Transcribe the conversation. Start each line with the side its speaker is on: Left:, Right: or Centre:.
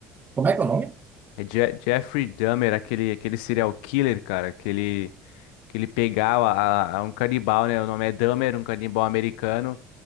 Right: como é que é o nome?
Left: É Je- Jeffrey Dahmer, aquele, aquele serial killer, cara, que ele, que ele pegava a- a- um canibal, né? O nome é Dahmer, um canibal americano.